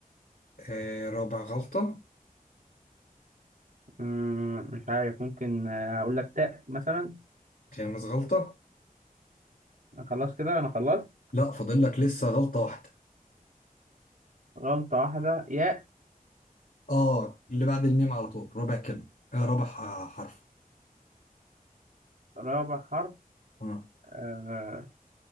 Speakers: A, on the left; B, on the right.
A: آه، رابع غلطة
B: مم، مش عارف ممكن آه، أقول لك تاء مثلا
A: خامس غلطة
B: خلاص كده أنا خلصت
A: لا فاضل لك لسه غلطة واحدة
B: غلطة واحدة ياء
A: اه اللي بعد الميم على طول ربع كلمة آه ربع ح- حرف
B: رابع حرف
A: آه.
B: آه